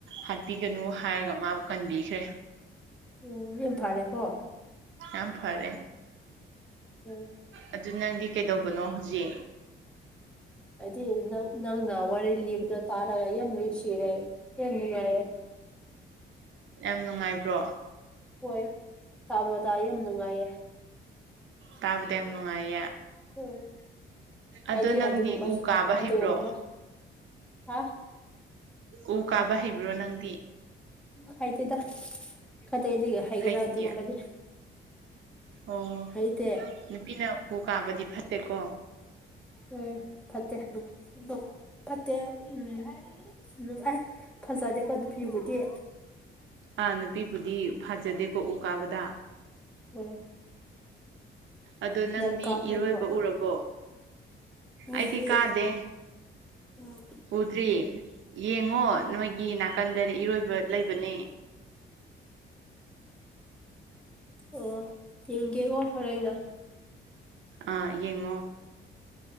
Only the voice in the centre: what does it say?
ꯑꯣ ꯌꯦꯝ ꯐꯔꯦꯀꯣ
ꯎꯝ
ꯑꯩꯗꯤ ꯅꯪ ꯅꯪꯅ ꯋꯥꯔꯤ ꯂꯤꯕꯗꯣ ꯇꯥꯔꯒ ꯌꯥꯝ ꯅꯨꯡꯁꯤꯔꯦ ꯌꯥꯝ ꯅꯨꯡꯉꯥꯏꯔꯦ
ꯍꯣꯏ ꯇꯥꯕꯇꯥ ꯌꯥꯝ ꯅꯨꯡꯉꯥꯏꯌꯦ
ꯎꯝ
ꯑꯩꯗꯤ
ꯑꯗꯨꯒꯨꯝꯕ
ꯑꯗꯨꯒꯨꯝꯕ
ꯍꯥ
ꯈꯥꯏꯇꯦꯗ ꯈꯟꯗꯦ ꯑꯩꯗꯤ ꯍꯩꯒꯦꯔꯥ
ꯑꯗꯨꯒꯨꯝꯕꯗꯤ
ꯍꯩꯇꯦ
ꯎꯝ ꯐꯠꯇꯦ ꯕꯨꯠ ꯅꯨꯞ ꯐꯠꯇꯦ ꯎꯝ ꯅꯨꯞ ꯑꯦ ꯐꯖꯗꯦꯀꯣ ꯅꯨꯄꯤꯕꯨꯗꯤ
ꯍꯣꯏ
ꯅꯪ ꯀꯥꯈ꯭ꯔꯕ꯭ꯔꯣ
ꯎꯗ꯭ꯔꯤ
ꯎꯝ
ꯑꯣ ꯌꯦꯡꯒꯦꯀꯣ ꯍꯣꯔꯦꯟꯅ